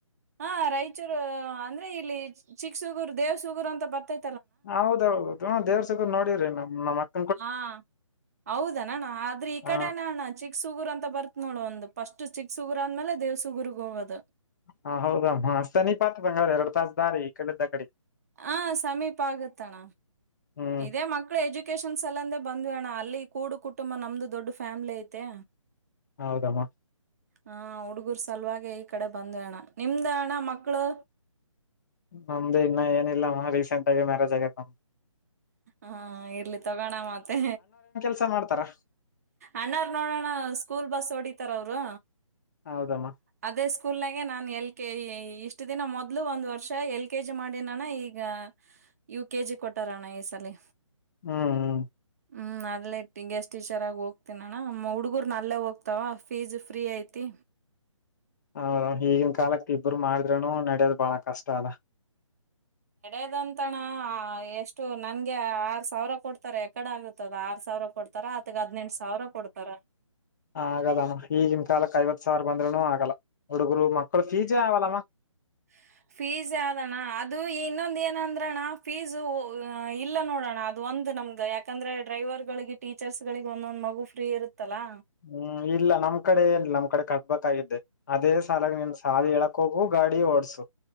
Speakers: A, on the right; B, on the left.
A: ಹಾ ರಾಯಚೂರು ಅಂದ್ರೆ ಇಲ್ಲಿ ಚಿಕ್ಸುಗುರ್ ದೇವ್ಸುಗುರ್ ಅಂತ ಬರ್ತೈ
B: ಹೌದೌದೌದು ಹ ದೇವ್ರ ಸಗ ನೋಡವ್ರಿ ನ್ಮ್
A: ಹಾ ಹೌದಣಣ ಆದ್ರೆ ಈ
B: ಹ
A: ಕಡೆನ ಅಣ್ಣ ಚಿಕ್ಕ ಚಿಕ್ಸುಗುರು ಅಂತ ಬತ್ತತ್ ನೋ ಒಂದು ಸ್ಟ್ ಚಿಕ್ ಸುಗು ಅಂದ್ಮೇಲೆ ದೇವಸುಗುರ್ಗ್ ಹೋಗೋದು
B: ಹಾ ಹೌದಮ್ಮ ಸ ನೀ ಪಾತ್ ತಂಗ ಎರಡು ತಾಸ ದಾರಿ ಈ ಕಡೆದ ಕಡೆ <unintelligible>
A: ಹಾ ಸಮೀಪ ಆಗುತ್ತಣ
B: ಹ್ಮ್
A: ಇದೇ ಮಕ್ಕ ಎಜುಕೇಶನ್ಸ್ ಎಲ್ಲಂದೆ ಬಂದ್ವಿ ಅಣ್ಣ ಅಲ್ಲಿ ಕೂಡು ಕುಟುಂಬ ನಮ್ದು ದೊಡ್ ಫ್ಯಾಮಿಲಿ ಐತೆ
B: ಹೌದಮ್ಮ
A: ಹಾ ಹುಡುಗರು ಸಲುವಾಗ ಈ ಕಡೆ ಬಂದ್ ಅಣ್ಣ ನಿಮ್ದ ಅಣ್ಣ ಮಕ್ಳು
B: ನಮ್ದು ಇನ್ನ ಏನಿಲ್ಲ ಅಮ್ಮ ರೀಸೆಂಟ್ ಆಗ ಮ್ಯಾರಜ್ ಆತ್ ನಮ್
A: ಹಾ ಇರ್ಲಿ ತಗೋಣ ಮತ್ತೆ
B: ಕೆಲಸ ಮಾಡ್ತಾರಾ
A: ಅಣ್ಣಾರ್ ನೋಡೋಣ ಸ್ಕೂಲ್ ಬಸ್ ಓಡಿತಾರ ಅವರು
B: ಹೌದಮ್ಮ
A: ಅದೇ ಸ್ಕೂಲ್ ನಾಗೆ ನಾನ್ ಎಲ್ ಕೆ ಇಷ್ಟ ದಿನ ಮೊದ್ಲು ಒಂದ್ ವರ್ಷ ಎಲ್ ಕೆ ಜಿ ಮಾಡಿನನ ಈಗ ಈಗ ಇವು ಕೆಜಿ ಕೊಟ್ಟಾರಣ್ಣ ಈ ಸಲಿ
B: ಹ್ಮ್
A: ಹ್ಮ್ ಅದಇಟ್ಟಿಂ ಎಷ್ಟ <unintelligible> ಟೀಚರಾಗಿ ಹೋಗ್ತೀನಿ ಅಣ ಹುಡುಗರು ನಲ್ಲೇ ಹೋಗ್ತಾವ ಫೀಸ್ ಫ್ರೀ ಐತಿ
B: ಹೌದ್ ಈಗಿನ ಕಾಲಕ್ ಇಬ್ರು ಮಾಡ್ರೂನು ನಡ್ಯೋ ಬಾಳ ಕಷ್ಟ ಅಲ್ಲ
A: ಎಡದಂತಣ ಎಷ್ಟು ನನ್ಗೆ ಆರ್ ಸಾವಿರ ಕೊಡ್ತಾರೆ ಎಕಡ ಆಗುತ್ತದ ಆರ್ ಸಾವಿರ ಕೊಡ್ತ ರಾ ಅದಕ್ಕೆ ಹದಿನಂಟ್ ಸಾವಿರ ಕೊಡ್ತಾರ
B: ಆಗದಮ್ಮ ಈಗಿನ ಕಾಲಕ್ಕೆ ಐವತ್ ಸಾವಿರ ಬಂದ್ನು ಆಗಲ್ಲ ಹುಡುಗರು ಮಕ್ಕಳು ಫೀಸ್ ಆವಲ್ಲಾಮಾ
A: ಹ ಫೀಸ್ ಆದಣ್ಣ ಅದು ಇನ್ನೊಂದು ಏನಂದ್ರಣ್ಣ ಫೀಸ್ಇಲ್ಲ ನೋಡೋಣ ಅದು ಒಂದು ನಮಗೆ ಯ ಯಾಕಂದ್ರೆ ಡ್ರೈವರ್ಗಳಿಗೆ ಟೀಚರ್ಸ್ ಗಳಿಗೆ ಒಂದೊಂದ್ ಮಗು ಫ್ರೀ ಇರುತ್ತಲ್ಲಾ
B: ಹ್ಮ್ ಇಲ್ಲ ನಮ್ ಕಡೆ ಏಲ್ಲ ನಮ್ ಕಡೆ ಕಟ್ಬೇಕಾಗಿದ್ದೆ ಅದೇ ಸಾಲಾಗ ನಿನ್ ಸಾಲ ಹೇಳಕ್ ಹೋಗು ಗಾಡಿ ಓಡ್ಸು